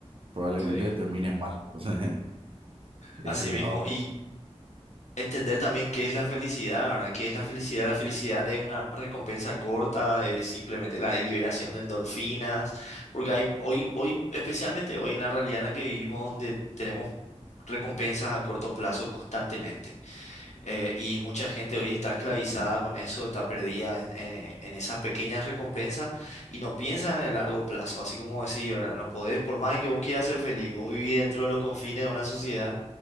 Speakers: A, on the right; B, on the left.
A: probablemente
B: sí,
A: termines mal. <laughs> Entonces, de
B: Así
A: ese lado,
B: mismo. Entender también qué es la felicidad, ¿verdad? ¿Qué es la felicidad? La felicidad es una recompensa corta, es simplemente la liberación de endorfinas, porque hay, hoy, hoy, especialmente hoy en la realidad en la que vivimos, donde tenemos recompensas a corto plazo constantemente. Eh, y mucha gente hoy está esclavizada con eso, está perdida en, en- en esas pequeñas recompensas y no piensa en el largo plazo, así como decía, ¿verdad? No podés, por más que vos quieras ser feliz, vos vivís dentro de los confines de una sociedad,